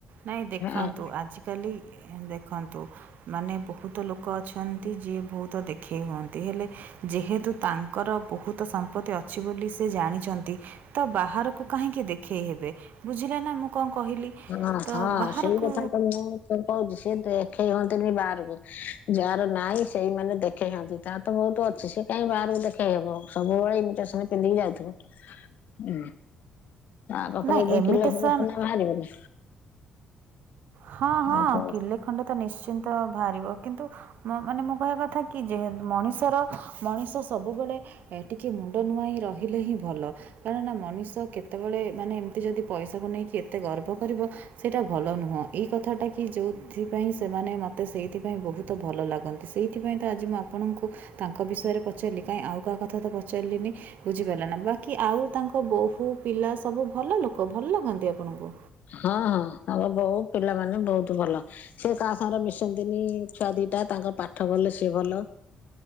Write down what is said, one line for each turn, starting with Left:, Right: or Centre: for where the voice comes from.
Right: ନାଇଁ ଦେଖନ୍ତୁ,
Left: ଆଉ
Right: ଆଜିକାଲି ଇ ଦେଖନ୍ତୁ ମାନେ ବହୁତ ଲୋକ ଅଛନ୍ତି, ଯିଏ ବହୁତ ଦେଖେଇ ହୁଅନ୍ତି, ହେଲେ ଯେହେତୁ ତାଙ୍କର ବହୁତ ସମ୍ପତ୍ତି ଅଛି ବୋଲି ସେ ଜାଣିଚନ୍ତି ତ ବାହାରକୁ କାହିଁକି ଦେଖେଇ ହେବେ, ବୁଝିଲେ ନା, ମୁଁ କଁ କହିଲି?
Left: ହଁ
Right: ତ
Left: ହଁ,
Right: ବାହାରକୁ
Left: ସେଇ କଥା ତ ମୁଁ ମୁଁ କଣ କହୁଚି, ସେ ଦେଖେଇ ହଅନ୍ତିନି ବାହାରକୁ, ଯାହାର ନାଇଁ ସେଇମାନେ ଦେ ଦେଖେଇହନ୍ତି, ତାର ତ ବହୁତ ଅଛି, ସେ କାଇଁ ବାହାରକୁ ଦେଖେଇ ହବ? ସବୁବେଳେ ଇମିଟେସନ ପିନ୍ଧିକି ଯାଉଥିବ। ହୁଁ, ତା ପାଖରେ
Right: ନାଇଁ
Left: ଏ ଯୋଉ
Right: ଏମିଟେସନ୍
Left: କିଲେ ଖଣ୍ଡେ ସୁନା ବାହାରିବନି?
Right: ହଁ ହଁ,
Left: ଆଉ କଣ
Right: କିଲେ ଖଣ୍ଡେ ତ ନିଶ୍ଚିନ୍ତ ଭାରିବ, କିନ୍ତୁ ମ ମାନେ ମୁଁ କହିବା କଥା କି, ଯେହେତୁ ମଣିଷର, ମଣିଷ ସବୁବେଳେ ଏ ଟିକେ ମୁଣ୍ଡ ନୂଆଁଇଁ ରହିଲେ ହିଁ ଭଲ। କାରଣ ମଣିଷ କେତେବେଳେ ମାନେ ଏମିତି ଯଦି ପଇସାକୁ ନେଇକି ଏତେ ଗର୍ବ କରିବ ସେଇଟା ଭଲ ନୁହଁ। ଏହି କଥାଟା କି, ଯୋଉଥିପାଇଁ ସେମାନେ ମୋତେ ସେଇଥିପାଇଁ ବହୁତ ଭଲ ଲାଗନ୍ତି, ସେଇଥିପାଇଁ ତ ଆଜି ମୁଁ ଆ ଆପଣଙ୍କୁ ତାଙ୍କ ବିଷୟରେ ପଚାରିଲି, କାଇଁ ଆଉ କାହା କଥା ତ ପଚାରିଲିନି? ବୁଝିପାରିଲ ନା, ବାକି ଆଉ ତାଙ୍କ ବୋହୂ, ପିଲା ସବୁ ଭଲ ଲୋକ? ଭଲ ଲାଗନ୍ତି ଆପଣଙ୍କୁ?
Left: ହଁ ହଁ, ତାଙ୍କ ବୋହୁ ପିଲାମାନେ ବହୁତ ଭଲ। ସେ କାହା ସାଙ୍ଗରେ ମିଶନ୍ତିନି ଛୁଆ ଦିଟା, ତାଙ୍କ ପାଠ ଭଲ ସିଏ ଭଲ।